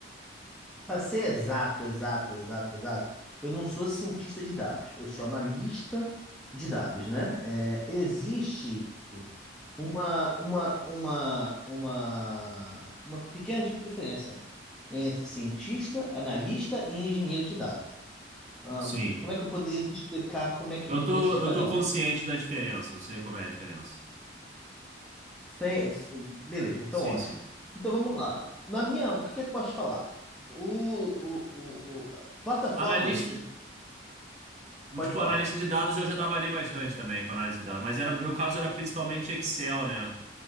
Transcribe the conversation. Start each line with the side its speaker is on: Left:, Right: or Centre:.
Centre: Para ser exato, exato, exato, exato, eu não sou cientista de dados. Eu sou analista de dados, né? É, Existe uma, uma, uma, uma, uma pequena diferença entre cientista, analista e engenheiro de dados. Ah,
Right: Sim.
Centre: como é que eu poderia te explicar como é que
Right: Eu
Centre: é a diferença
Right: tô,
Centre: de
Right: eu
Centre: cada
Right: tô consciente
Centre: um?
Right: da diferença, eu sei como é a diferença.
Centre: Sem, sem- beleza, então
Right: Sim,
Centre: ótimo.
Right: sim.
Centre: Então vamos lá. Na minha, o que é que eu posso te falar? O, o, o, o- plataformas,
Right: Analista,
Centre: pode
Right: tipo,
Centre: falar.
Right: analista de dados eu já trabalhei bastante também com análise de dados, mas era, meu caso era principalmente Excel, né?